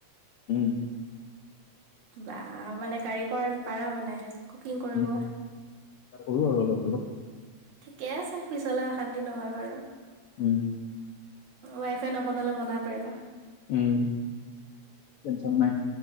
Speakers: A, on the left (about 70°); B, on the right (about 75°).
A: উম
B: বা মানে কাৰিকৰ পাৰা মানে কুকিং কৰিব?
A: উম কৰো আৰু অলপ চলপ।
B: ঠিকে আছে পিছলে অশান্তি নহয় বাৰু।
A: উম।
B: ৱাইফে নবনালেও বনাব পাৰিবা।
A: উম, টেঞ্চন নাই।